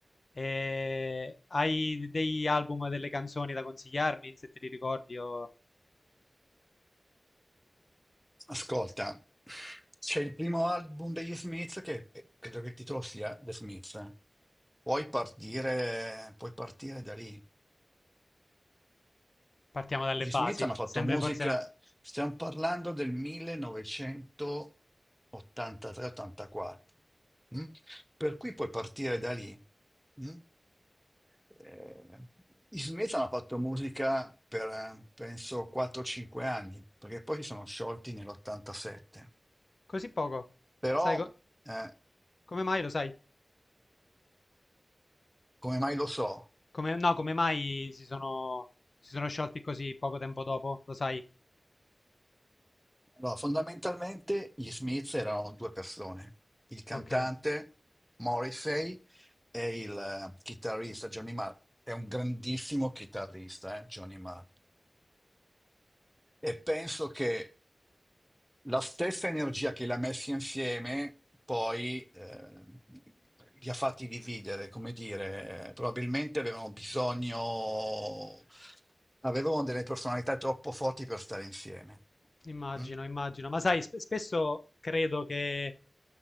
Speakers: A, on the left (about 55°); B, in the centre.
A: E hai dei album, delle canzoni da consigliarmi, se te li ricordi, o
B: Ascolta, c'è il primo album degli Smith che eh, credo che il titolo sia The Smith. Puoi partire, puoi partire da lì.
A: partiamo dalle
B: Gli
A: basi?
B: Smith hanno fatto
A: È Sempre
B: musica,
A: forse la...
B: stiamo parlando del 1983-84, mm? per cui puoi partire da lì. mm? Eh, gli Smith hanno fatto musica per, eh, penso, 4-5 anni, perché poi si sono sciolti nell'87.
A: Così poco?
B: Però,
A: Sai co-
B: eh,
A: come mai lo sai?
B: come mai lo so?
A: Come, no, come mai si sono, si sono sciolti così poco tempo dopo? Lo sai?
B: Allora, fondamentalmente gli Smith erano due persone, il cantante
A: Ok,
B: Morrissey e il eh, chitarrista Johnny Marr. È un grandissimo chitarrista, eh, Johnny Marr. E penso che la stessa energia che li ha messi insieme poi eh, li ha fatti dividere, come dire, eh, probabilmente avevano bisogno, avevano delle personalità troppo forti per stare insieme.
A: immagino,
B: mm?
A: immagino. Ma sai, sp- spesso credo che